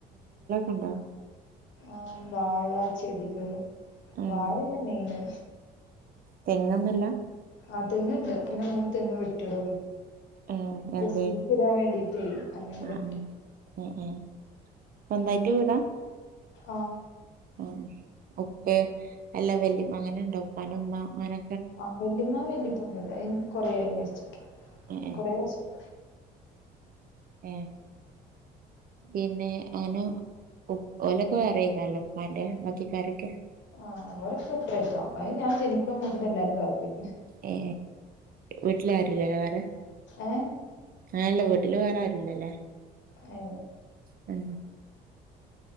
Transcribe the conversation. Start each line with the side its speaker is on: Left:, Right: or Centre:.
Right: ഉണ്ടാ
Left: ആ വാഴാ ചെടികൾ
Right: ഉം
Left: വാഴയാണ് മെയിന്
Right: തെങ്ങന്നൂല്ല
Left: ആ തെങ്ങുണ്ട് ആ പിന്നെ മൂ തെങ്ങ് വെട്ടിയടോ
Right: ഏഹ് എന്തേ
Left: ഷീറ്റ് ഇടാൻ വേണ്ടീട്ടെ അങ്ങനെ
Right: ആഹ്
Left: വെട്ടി
Right: ആഹ് ഏഹ് ഏഹ് സ്വന്തായിട്ട് വീടാ
Left: ആ
Right: ആ ഉപ്പ് എല്ലാം വല്യ അങ്ങനെണ്ട് ഉപ്പന്റെ ഉമ്മ അങ്ങനെ
Left: ആ വല്ലിമ്മ വല്ലിയപ്പൊന്നും ഇല്ല കൊറെയായി മരിച്ചിട്ട്
Right: ഏഹ്
Left: കൊറെേ വർഷം
Right: ആ പിന്നെ അങ്ങനെ ഓലൊക്കെ വേറെക്കണല്ലോ ഉപ്പാന്റെ ബാക്കിക്കാരൊക്കെ
Left: ആ ഓരൊക്കെ സെപ്പറേറ്റാ അത് ഞാൻ ജനിക്കുമുമ്പോ എല്ലാവരും വേറെ പോയി
Right: ഏ വീട്ടില് ആരുമില്ലല്ലേ വേറെ
Left: ഏ
Right: ആല്ല വീട്ട വീട്ടില് വേറെ ആരുമില്ലല്ലേ
Left: ഏ
Right: <unintelligible> ഏ